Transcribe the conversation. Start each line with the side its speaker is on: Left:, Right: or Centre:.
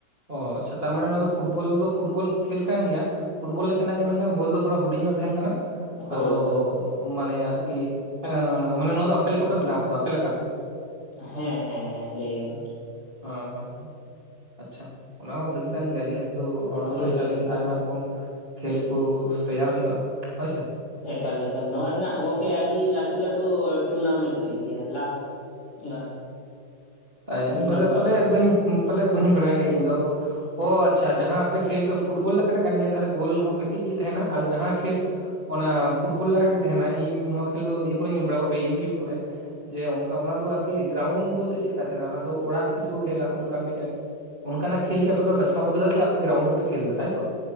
Right: ᱚ ᱟᱪᱷᱟ ᱛᱟᱨ ᱢᱟᱱᱮ ᱱᱚᱣᱟ ᱫᱚ ᱯᱷᱩᱴᱵᱚᱞ ᱫᱚ ᱯᱷᱩᱴᱵᱚᱞ ᱠᱷᱮᱞ ᱠᱟᱱ ᱜᱮᱭᱟ᱾ ᱯᱷᱩᱴᱵᱚᱞ ᱞᱮᱠᱟ ᱱᱟᱜ ᱜᱮ ᱢᱮᱱᱠᱷᱟᱱ ᱵᱳᱞ ᱫᱚ ᱛᱷᱚᱲᱟ ᱦᱩᱰᱤᱧ ᱧᱚᱜ ᱛᱟᱦᱮᱱ ᱠᱟᱱᱟ᱾
Left: ᱠᱷᱮᱞᱟ᱾ ᱦᱳᱭ
Right: ᱟᱫᱚ
Left: ᱦᱳᱭ
Right: ᱢᱟᱱᱮ ᱟᱨᱠᱤ ᱮᱚ ᱢᱟᱱᱮ ᱱᱚᱣᱟ ᱫᱚ ᱟᱯᱮ ᱞᱮᱠᱟ ᱯᱮ ᱵᱮᱱᱟᱣ ᱠᱟᱫᱟ ᱟᱯᱮ ᱞᱮᱠᱟ ᱛᱮ᱾
Left: ᱦᱮᱸ ᱦᱮᱸ ᱦᱮᱸ ᱞᱮᱜᱤᱱ᱾
Right: ᱚᱸ ᱦᱳᱭ ᱦᱳᱭ ᱟᱪᱪᱷᱟ ᱚᱱᱟ ᱦᱚᱸ ᱵᱷᱟᱜᱤ ᱠᱟᱱ ᱜᱮᱭᱟ ᱡᱮᱦᱮᱛᱩ ᱦᱚᱲᱢᱚ
Left: ᱦᱳᱭ
Right: ᱪᱚᱨᱪᱟ
Left: ᱦᱳᱭ
Right: ᱞᱟᱹᱜᱤᱫ ᱫᱚ ᱟᱭᱢᱟ ᱨᱚ ᱠᱚᱢ ᱠᱷᱮᱞ ᱠᱩ ᱛᱮᱭᱟᱨ ᱦᱩᱭᱩᱜᱼᱟ ᱦᱳᱭ ᱥᱮ ᱾
Left: ᱮᱠᱟᱞ ᱮᱠᱟᱞ ᱱᱚᱣᱟ ᱨᱮᱱᱟᱜ ᱜᱚᱢ ᱡᱮ ᱟᱰᱤ ᱞᱟᱴᱩ ᱞᱟᱴᱩ ᱴᱩᱨᱱᱟᱢᱮᱱᱴ ᱦᱩᱭᱩᱜ ᱜᱮᱭᱟ ᱞᱟᱠᱷ ᱜᱟᱱ᱾
Right: ᱛᱟᱭ
Left: ᱢᱤᱫ
Right: ᱯᱟᱥᱮᱫ
Left: ᱞᱟᱠᱷ ᱵᱟᱨ
Right: ᱯᱟᱞᱮ
Left: ᱞᱟᱠᱷ
Right: ᱵᱟᱹᱧ ᱯᱟᱞᱮ ᱵᱟᱹᱧ ᱵᱟᱲᱟᱭ ᱜᱤᱭᱟ ᱤᱧᱫᱚ᱾ ᱚ ᱟᱪᱪᱷᱟ ᱡᱟᱦᱟᱸ ᱟᱯᱮ ᱠᱷᱮᱞ ᱫᱚ ᱯᱷᱩᱴᱵᱚᱞ ᱞᱮᱠᱟᱱᱟᱜ ᱠᱟᱱ ᱜᱮᱭᱟ ᱛᱟᱦᱞᱮ ᱜᱳᱞ ᱦᱚᱸ ᱠᱟᱹᱴᱤᱡ ᱜᱤ ᱛᱟᱦᱮᱱᱟ ᱟᱨ ᱡᱟᱦᱟᱸ ᱠᱷᱮᱞᱼᱼ ᱚᱱᱟ ᱯᱷᱩᱴᱵᱚᱞ ᱞᱮᱠᱟᱜᱮ ᱛᱟᱦᱮᱱᱟ ᱤᱧ ᱱᱚᱣᱟ ᱠᱷᱮᱞ ᱫᱚ ᱤᱭᱟᱹ ᱠᱚᱨᱮᱧ ᱧᱮᱞ ᱵᱟᱲᱟᱣ ᱠᱟᱜ ᱜᱮ ᱤᱭᱩᱴᱩᱭᱩᱵᱽ ᱠᱚᱨᱮ᱾ ᱡᱮ ᱚᱱᱠᱟ ᱚᱱᱟ ᱫᱚ ᱟᱨᱠᱤ ᱜᱨᱟᱣᱩᱱᱰ ᱵᱚᱞᱛᱮ ᱪᱮᱫᱞᱮᱠᱟᱭ ᱛᱟᱦᱮᱸᱱᱟ ᱚᱱᱟ ᱫᱚ ᱚᱲᱟᱜ ᱵᱷᱤᱛᱨᱤ ᱨᱮᱠᱚ ᱠᱷᱮᱞᱟ ᱚᱱᱠᱟᱱ ᱢᱤᱫᱴᱮᱱ ᱚᱱᱠᱟᱱᱟᱜ ᱠᱷᱮᱞ ᱜᱮ ᱟᱯᱮ ᱯᱮ ᱵᱟᱪᱷᱟᱣ ᱟᱠᱟᱫᱟ ᱡᱮ ᱟᱯᱮ ᱜᱨᱟᱣᱩᱱᱰ ᱨᱮᱯᱮ ᱠᱷᱮᱞ ᱫᱟ ᱛᱟᱭᱛᱚ?